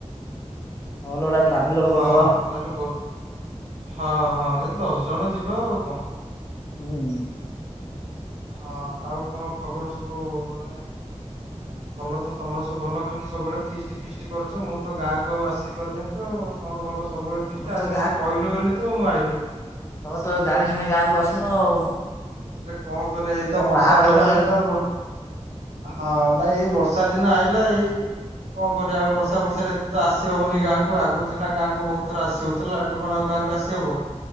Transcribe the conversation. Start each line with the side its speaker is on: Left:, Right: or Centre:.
Left: ନହେଲେ ଗୋଟେ ଟ୍ରାଭେଲର
Right: ହଁ
Left: କରିଦବା।
Right: ତାହେଲେ ବୋ ହଁ ହଁ ଏଦଶ ଜଣ ଯିବା ଆଉ କଁ।
Left: ହୁଁ।
Right: ହଁ ଆଉ କଣ ଖବର ସବୁ ମାନେ ଭଲତ ତମର ସବୁ ଭଲ ଖାଲି ସବୁବେଳେ ଫିସ୍ଟି ଫିସ୍ଟି କରୁଚ ମୁଁତ ଗାଁକୁ ଆଉ ଆସି ପାରୁନିତ ଆଉ। ତମର ଭଲ ସବୁବେଳେ
Left: ତମେ
Right: ଫିଷ୍ଟି ଆଜି
Left: ତ
Right: ମତେ କହିଲୁ ବୋଲିତୁ ମୁଁ ଆଇଲି।
Left: ତମେତ ଜାଣି ଶୁଣି ଗାଁକୁ ଆସୁନ ଆଉ।
Right: ଆରେ କଁ କରିବା ଏଇତ
Left: ଏଟା
Right: ବର୍ଷା
Left: ବାହାରେ
Right: ଦିନ
Left: ରହିଲଣି
Right: ଆଇଲା ବ ହଁ ନାଇଁ ଏଇ ବର୍ଷା ଦିନ ଆଇିଲା ଏଇ କଁ କରିବା ବର୍ଷା ଫର୍ଷାରେ ଏତେତ ଆସି ହବନି ଗାଁକୁ ଆଗରୁ ସନା ଗାଁକୁ ବହୁତ୍ ଥର ଆସିହ ଥୁଲା ଏବେ କଣ ଆଉ ଗାଁକୁ ଆସିହବ।